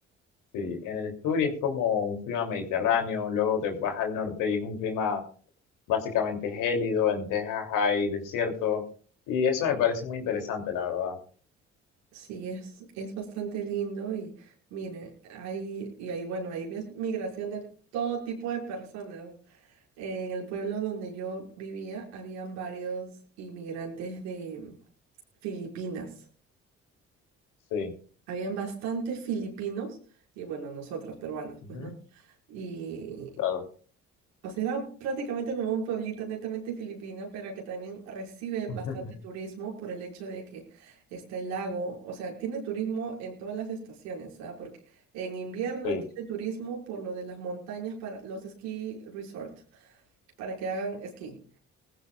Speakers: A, on the left; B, on the right.
A: sí, en el sur y es como un clima mediterráneo, luego te vas al norte y es un clima básicamente gélido, en Texas hay desierto, y eso me parece muy interesante, la verdad.
B: Sí, es, es bastante lindo y mire, hay, y ahí, bueno, ahí ves migración de todo tipo de personas. en el pueblo donde yo vivía, habían varios inmigrantes de Filipinas.
A: Sí.
B: Habían bastantes filipinos y bueno, nosotros peruanos,
A: Ujú.
B: pues, ¿no? Y,
A: Claro.
B: O sea, era prácticamente como un pueblito netamente filipino, pero que también recibe
A: Ujú.
B: bastante turismo por el hecho de que está el lago. O sea, tiene turismo en todas las estaciones, ¿sabes? Porque en invierno
A: Sí,
B: tiene turismo por lo de las montañas para los ski resort, para que hagan esquí.